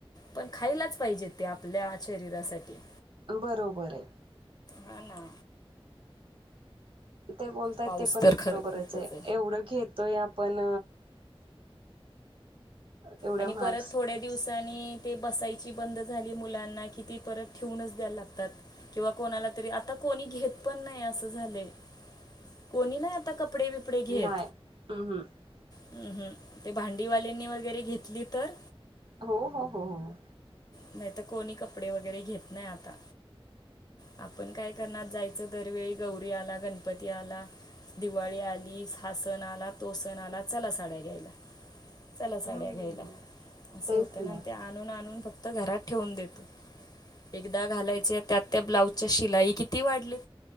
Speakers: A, on the left (about 40°); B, on the right (about 65°).
A: पण खायलाच पाहिजेत ते आपल्या शरीरासाठी.
B: बरोबर आहे.
A: हा ना.
B: ते बोलताय
A: पाऊस
B: ते पण
A: तर
B: बरोबरच
A: खरं खूपच
B: आहे एवढं घेतोय आपण एवढ्या
A: आणि
B: महाग
A: परत थोडे दिवसाांनी ते बसायची बंद झाली मुलांना कि ती परत ठेऊनच द्यायला लागतात. किंवा कोणाला तरी आता कोणी घेत पण नाही असं झालयं. कोणी नाही आता कपडे बिपडे घेत.
B: नाही हम्म हम्म.
A: हम्म हम्म ते भांडीवाल्यांनी वगैरे घेतली तर
B: हो हो हो हो.
A: नाही तर कपडे वगैरे नाही आता आपण काय करणार जायच. दरवेळी गौरी आला गणपती आला. दिवाळी आली हा सणआला तो सण आला चला साड्या घ्यायला. चला साड्या
B: हम्म
A: घ्यायला असं
B: तेच
A: होतं
B: ना
A: आणि ते आणून आणून फक्त घरात ठेवून देतो. एकदा घालायचे त्यात त्या ब्लाऊजच्या शिलाई किती वाढली.